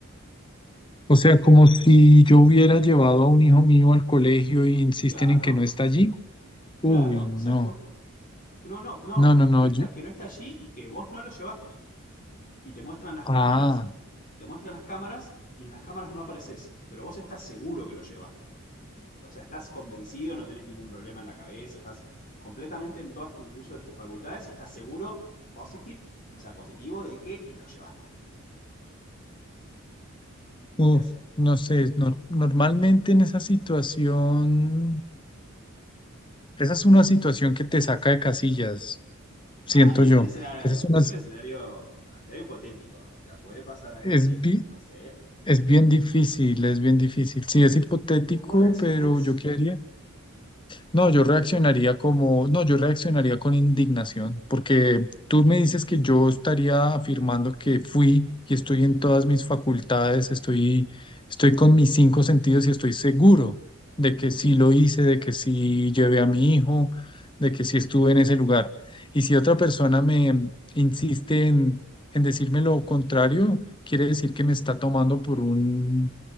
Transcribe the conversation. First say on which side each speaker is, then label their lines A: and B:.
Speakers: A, on the left; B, on the left.
A: O sea, como si yo hubiera llevado a un hijo mío al colegio y insisten
B: Claro,
A: en que no está allí.
B: claro,
A: Uy, no.
B: exacto. Que no, no, no,
A: No,
B: que,
A: no, no.
B: que no está,
A: yo-
B: que no está allí y que vos no lo llevaste. Y te muestran las
A: Ah,
B: cámaras, te muestran las cámaras y en las cámaras no apareces, pero vos estás seguro que lo llevaste. O sea, estás convencido, no tenés ningún problema en la cabeza, estás completamente en todo tu uso de tus facultades y estás seguro, positive, o sea, positivo de que lo llevaste.
A: uf,
B: ¿Qué haces?
A: no sé. no- normalmente en esa situación, esa es una situación que te saca de casillas,
B: Mal,
A: siento
B: y es
A: yo.
B: un escenario,
A: Esa es una
B: es un escenario que plantea hipotético. O sea, puede pasar algo
A: Es,
B: así,
A: bi-
B: no sé.
A: es bien difícil, es bien difícil. Sí, es hipotético,
B: ¿Cómo reaccionás?
A: pero yo quedaría no, yo reaccionaría como, no, yo reaccionaría con indignación, porque tú me dices que yo estaría afirmando que fui y estoy en todas mis facultades, estoy, estoy con mis cinco sentidos y estoy seguro de que sí lo hice, de que sí llevé a mi hijo, de que sí estuve en ese lugar. Y si otra persona me insiste en, en decirme lo contrario, quiere decir que me está tomando por un